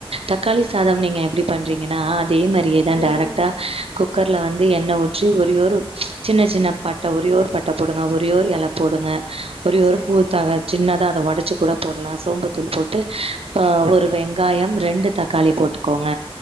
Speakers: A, on the right; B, on the left.
A: தக்காளி சாதம் நீங்க எப்டி பண்றீங்கனா அதே மாரியே தா
B: ம்
A: டேரேக்ட்
B: ம்
A: ட குக்கர்ல வந்து எண்ண ஊற்றி ஒரே ஒரு சின்ன சின்ன பட்ட ஒரே ஒர் பட்ட போடுங்க ஒரே ஒர் எலப் போடுங்க ஒரே
B: சேரி
A: ஒரு ஒரு பூத்தகட்
B: சேரி
A: சின்னதா அத ஒடச்சு கூட போடலா சோம்பு தூள் போட்டு அ ஒரு வெங்காயம் ரெண்டு தக்காளி போட்டு கோங்க